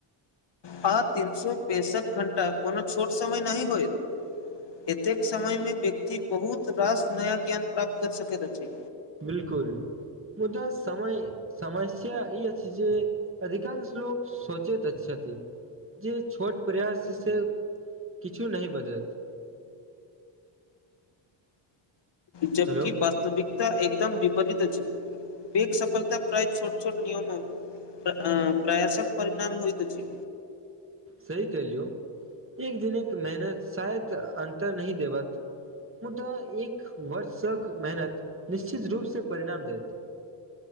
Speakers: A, on the left; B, on the right.
A: आ तीन सो पेंसठ घंटा कोनो छोट समय नहि होयत एतेक समय मे व्यक्ति बहुत रास नया ज्ञान प्राप्त कर सकैत अछि
B: बिलकुल मुदा समय समस्या ई अछि जे अधिकांश लोको सोचैत अछि जे छोट प्रयास से किछु नहि बदलत <inaudible>
A: जबकि
B: हेलो
A: वास्तविकता एकदम विपरीत अछि पेघ सफलता प्रायत छोट छोट नियमो प्रयासक परिणाम होइ त अछि
B: सही कहलियौ एक दिन एक मेहनत शायद अन्तर नहि देबत मुदा एक वर्षसँक मेहनत निश्चित रूपसँ परिणाम देत